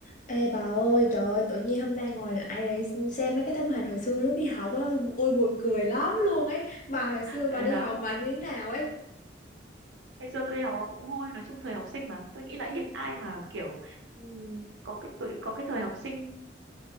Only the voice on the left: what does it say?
Ê bà ơi, trời ơi, tự nhiên hôm nay ngồi lại để xem mấy cái tấm hình hồi xưa lúc đi học á, ôi buồn cười lắm luôn ấy. Bà hồi xưa
bà đi
học bà như thế nào ấy?
Ừ.